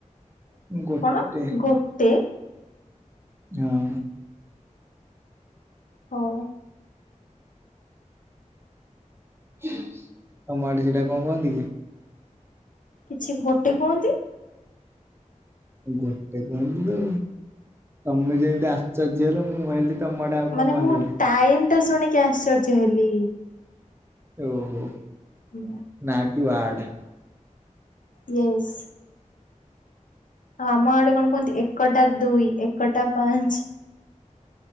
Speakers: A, on the right; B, on the left.
A: ଗୋଟେ
B: କଣ ଗୋଟେ?
A: ହଁ।
B: ହଉ
A: ତମ ଆଡେ ସେଟା କଣ କହନ୍ତି କି?
B: କିଛି ଗୋଟେ କୁହନ୍ତି।
A: ଗୋଟେ କୁହନ୍ତି ତ ତମେ ଯେମିତି ଆଶ୍ଚର୍ଯ୍ୟ ହେଲ ମୁଁ ଭାବିଲି ତମ ଆଡେ ଆଉ କଣ
B: ମାନେ
A: କହନ୍ତି
B: ମୁଁ
A: ବୋଲି
B: ଟାଇମଟା ଶୁଣିକି ଆଶ୍ଚର୍ଯ୍ୟ ହେଲି।
A: ଓହୋ
B: ହୁଁ।
A: ନା କିି ୱାର୍ଡ।
B: ୟେସ। ଆଉ ଆମ ଆଡେ କଣ କୁହନ୍ତି ଏକଟା ଦୁଇ ଏକଟା ପାଞ୍ଚେ।